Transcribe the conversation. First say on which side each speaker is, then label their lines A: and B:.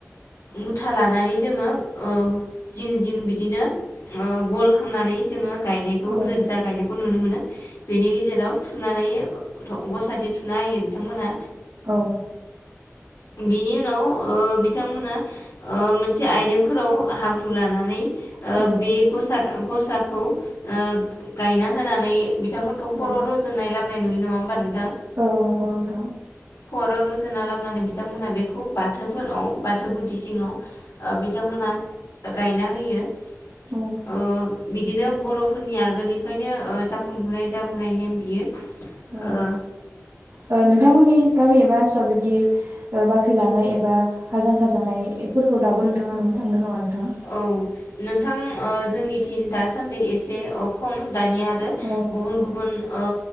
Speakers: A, on the left; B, on the right.
A: मुथा लानानै जोङो ओ जिं जिं बिदिनो गल खालामनानै जोङो गायनायखौ
B: औ
A: रोजा गायनायखौ नुनो मोनो बेनि जेराव थुनानै गसाखौ थुना होयो बिथांमोना
B: औ।
A: बिनि उनाव ओ बिथांमोना मोनसे आइजेंफोराव हाब्रु लानानै
B: नंगौ
A: ओ बे गसा गसाखौ ओ गायना होनानै बिथांमोनखौ
B: नोंथां
A: खर' रुजुनाय लाबोनाय नुयो नङा होमबा।
B: औ नंगौ नोंथां।
A: खर' रुजुनना लाबोनानै बिथांमोनहा बेखौ बाथौफोराव बाथौ गुदि जिङाव बिथांमोना गायना होयो।
B: औ।
A: ओ बिदिनो बर'फोरनि आगोलनिफ्रायनो जाखांबोननाय जाबोनाय नेम बियो।
B: नोंथांमोननि
A: ओ
B: गामि एबा ओनसोलाव बिब्दि बाख्रि लानाय एबा हा जांख्रा जानायफोरखौ दाबो नोंथाङा नुनो थांदों नामा नोंथां
A: औ नोंथां जोंनिथिं दासान्दि एसे खम दानिया आरो
B: औ
A: गुबुन गुबुन ओ